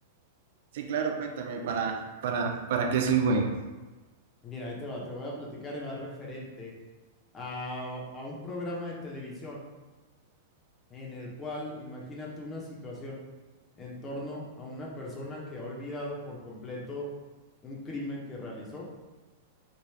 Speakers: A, on the right; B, on the left.
A: Sí, claro, cuéntame, ¿para, para, para qué soy bueno?
B: Mira, ahí te va, te voy a platicar, y va referente a, a un programa de televisión en el cual imagínate una situación en torno a una persona que ha olvidado por completo un crimen que realizó,